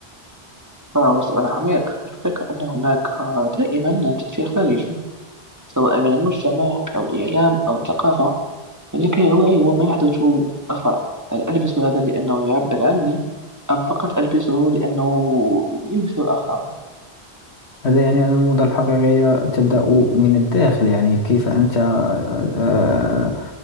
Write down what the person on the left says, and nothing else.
هذا يعني أن الموضة الحقيقية تبدأ من الداخل يعني كيف أنت آه، آه،